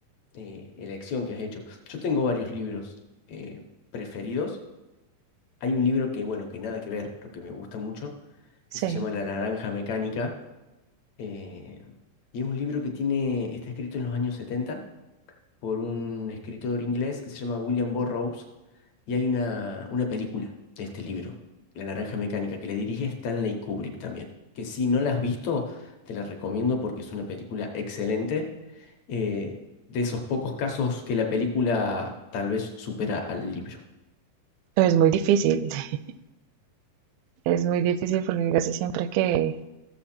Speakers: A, on the left; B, on the right.
A: eh, elección que has hecho. Yo tengo varios libros eh, preferidos. Hay un libro que, bueno, que nada que ver, pero que me gusta mucho,
B: sí.
A: que se llama La Naranja Mecánica. eh, y es un libro que tiene, está escrito en los años 70 por un escritor inglés que se llama William Burroughs y hay una, una película de este libro, La Naranja Mecánica, que le dirige Stanley Kubrick también, que si no la has visto, te la recomiendo porque es una película excelente, eh, de esos pocos casos que la película tal vez supera al libro.
B: Es muy difícil, <laughs> es muy difícil porque casi siempre que